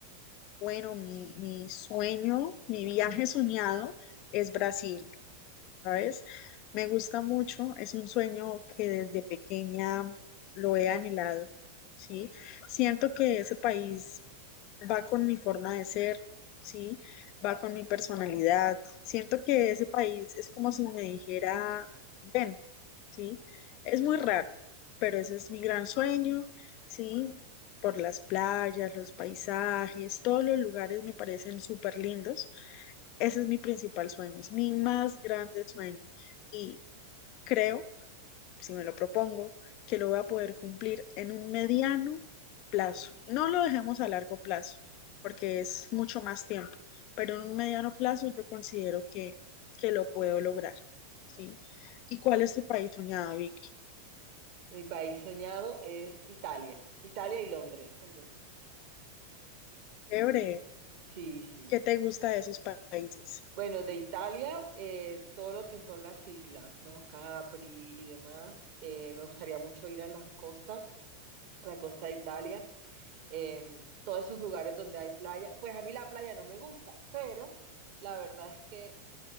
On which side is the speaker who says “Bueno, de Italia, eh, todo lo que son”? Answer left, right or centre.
Right